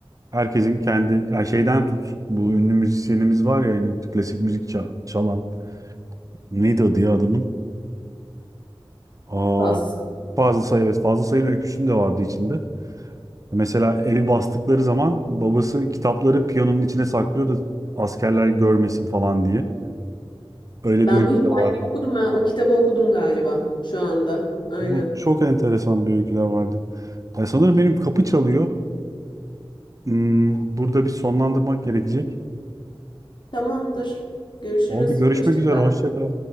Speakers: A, on the right; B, on the left.
A: Herkesin kendi yani şeyden tut. Bu ünlü müzisyenimiz var ya yani klasik müzik ça- çalan. Neydi adı ya adamın? Aa,
B: fazlası.
A: Fazıl Say evet Fazıl Say'ın öyküsünün de vardı içinde. Mesela evi bastıkları zaman babası kitapları piyanonun içine saklıyor da askerler görmesin falan diye. Öyle
B: Ben
A: bir öykü
B: bu hikayeyi
A: de vardı.
B: okudum ben o kitabı okudum galiba şu anda. Aynen.
A: Evet, Çok enteresan bir öyküler vardı. Ya sanırım benim kapı çalıyor. Hmm, burada bir sonlandırmak gerekecek.
B: Tamamdır. Görüşürüz.
A: Oldu görüşmek
B: Hoşça
A: üzere
B: kal.
A: hoşça kal.